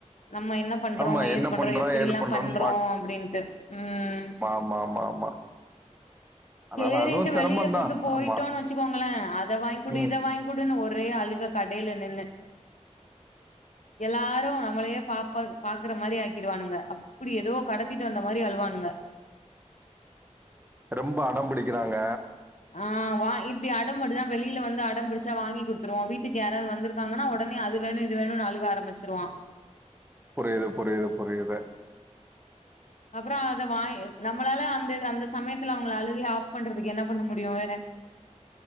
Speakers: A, on the left; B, on the right.
A: நம்ம இன்ன பண்றோ
B: ஆமா
A: ஏது
B: என்ன
A: பண்றோ எப்படில்லா
B: ஏது பண்றோன்னு
A: பண்றோ அப்டின்ட்டு ம்
B: மா மா ஆமா அதனால
A: சேரின்ட்டு
B: அதுவு சிரமந்தா
A: வெளியே கூட்டு போயிட்டோன்
B: ஆமா
A: வச்சுக்கோங்ளே அத வாய்ங்குடு
B: ம்
A: இத வாய்ங் குடுனு ஒரே அழுக கடையில நின்னு எல்லாரு நம்மளயே பாப் ப பாக்குற மாரி ஆக்கிடுவானுங்க அப்டி ஏதோ கடத்திட்டு வந்த மாரி அழுவானுங்க
B: ரெம்ப அடம் பிடிக்கிறாங்க
A: ஆ வா இப்டி அடம் மட்டுதா வெளியில வந்து அடம்பிடிச்சா வாங்கி குட்த்துருவோ வீட்டுக்கு யாராது வந்துரு இருக்காங்கன்னா உடனே அது வேணு இது வேணுனு அழுக ஆரம்பிச்சிருவா
B: புரியிது புரியிது புரியிது
A: அப்புற அத வாய்ங்கி நம்மளால அந்த அந்த சமயத்துல அவுங்கள அழுகைய ஆப் பண்றதுக்கு என்ன பண்ண முடியு வேற